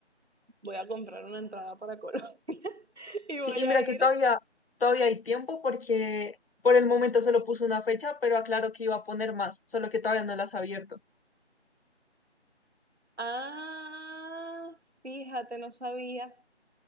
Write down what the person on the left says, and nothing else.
Sí,
y mira
que todavía, todavía hay tiempo porque por el momento solo puso una fecha, pero aclaro que iba a poner más, solo que todavía no las ha abierto.